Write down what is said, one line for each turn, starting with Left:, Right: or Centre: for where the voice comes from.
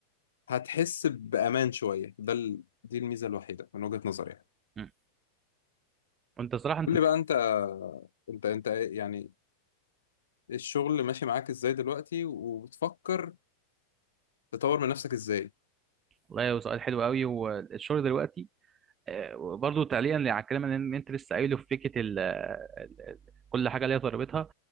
Left: هتحس بامان شويه ده ال... دي الميزه الوحيده من وجهه نظري يعني
Right: م. وانت صراحه انت
Left: قول لي بقى انت انت انت إيه- يعني إيه الشغل ماشي معاك ازاي دلوقتي وبتفكر تطور من نفسك ازاي
Right: والله هو سؤال حلو قوي والشغل دلوقتي آه، برضو تعليقا على الكلام اللي إن انت لسه قايله في فكره ال ال- ال- كل حاجه ليها ضريبتها